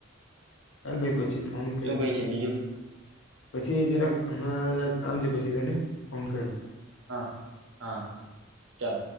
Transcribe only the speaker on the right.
શું કઈ છે બીજું
હા હા ચાલ